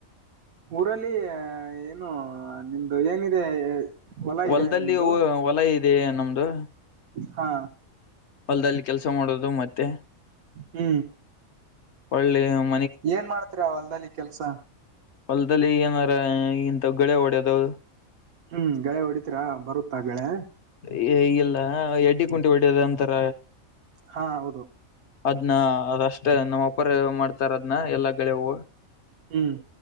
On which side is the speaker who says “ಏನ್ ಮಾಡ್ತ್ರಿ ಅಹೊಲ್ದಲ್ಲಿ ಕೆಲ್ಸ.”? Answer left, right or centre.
Right